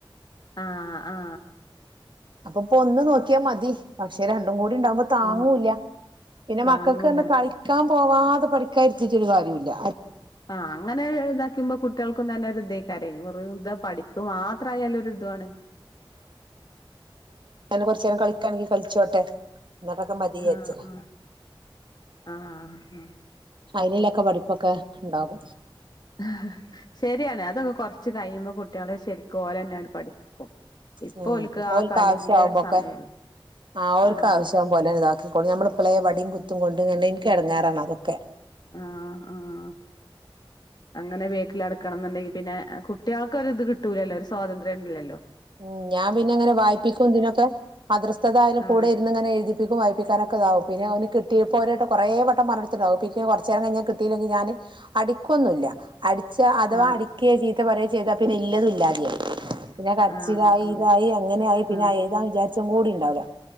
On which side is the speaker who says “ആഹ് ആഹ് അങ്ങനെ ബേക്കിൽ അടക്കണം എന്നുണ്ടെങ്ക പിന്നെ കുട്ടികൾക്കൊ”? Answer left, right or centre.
Left